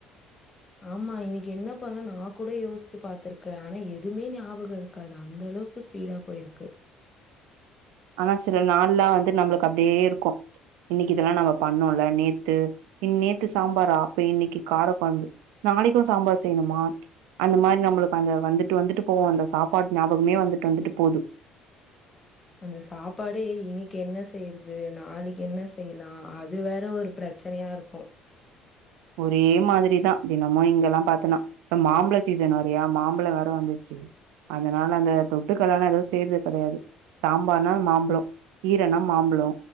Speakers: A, on the left (about 25°); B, on the right (about 70°).
A: ஆமா இன்னிக்கி என்ன பண்ண நா கூட யோஸ்ச்சு பாத்துருக்க ஆனா எதுமே ஞாபகோ இருக்காது அந்த அளவுக்கு ஸ்பீடா போயிருக்கு
B: ஆனா சில நாள்லா வந்து நம்புளுக்கு அப்டியே இருக்கு இன்னிக்கு இதெல்லா நம்ம பண்ணோல நேத்து இ நேத்து சாம்பாரா அப்ப இன்னிக்கி கார கொழம்பு நாளைக்கும் சாம்பார் செய்ணுமா அந்த மாரி நம்மளுக்கு அந்த வந்துட்டு வந்துட்டு போவு அந்த சாப்பாட் ஞாபகமே வந்துட்டு வந்துட்டு போது
A: அந்த சாப்பாடே இன்னிக்கு என்ன செய்றது நாளைக்கு என்ன செய்லா அது வேற ஒரு பிரச் பிரச்னையா இருக்கு
B: ஒரே மாதிரி தா தினமு இங்கெல்லா பாத்தனா இப்ப மாம்பழ சீசன் வேறயா மாம்பழோ வேற வந்துச்சி அதனால அந்த தொட்டுக்கலா நா எதுவு செய்றது கெடயாது சாம்பார்னா மாம்பழோ கீரனா மாம்பழோ